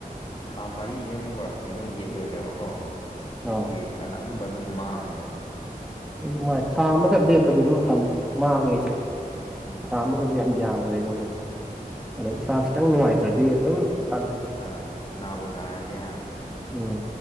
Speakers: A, on the left; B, in the centre.
A: ꯊꯥ ꯃꯔꯤꯁꯦ ꯑꯃꯨꯛꯀ ꯀꯩꯅꯣ ꯒꯦꯞ ꯂꯩꯅꯕꯀꯣ
B: ꯑꯧ
A: ꯑꯗꯨꯒꯤ ꯑꯅꯝꯕ ꯑꯗꯨꯝ ꯃꯥꯡꯉꯦꯕ
B: ꯑꯩꯁꯨ ꯃꯥꯏ ꯊꯥ ꯑꯃꯒ
A: ꯃꯥꯁ
B: ꯂꯦꯞꯄꯗꯤ ꯑꯗꯨꯝ ꯍꯟ ꯃꯥꯡꯉꯦ ꯑꯩꯁꯨ
A: ꯎꯝ
B: ꯊꯥ ꯑꯃꯒꯁꯦ ꯌꯥꯝ ꯌꯥꯝꯒꯔꯦ ꯑꯩꯉꯣꯟꯗꯗꯤ ꯑꯗꯥꯥ ꯏꯁꯥ ꯈꯤꯇꯪ ꯅꯨꯡꯉꯥꯏꯇ꯭ꯔꯗꯤ ꯑꯗꯨꯝ ꯍꯜꯂꯦ
A: ꯑ ꯅꯥꯕꯨꯅꯥꯔꯗꯤ ꯍꯥ
B: ꯎꯝ